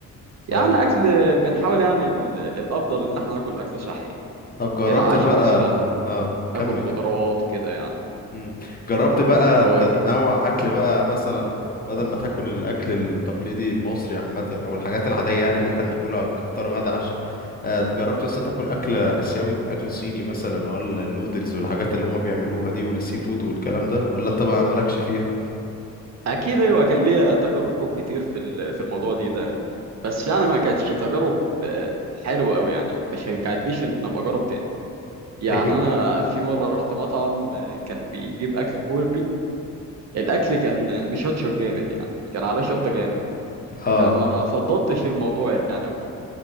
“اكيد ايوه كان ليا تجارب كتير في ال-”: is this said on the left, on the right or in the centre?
Right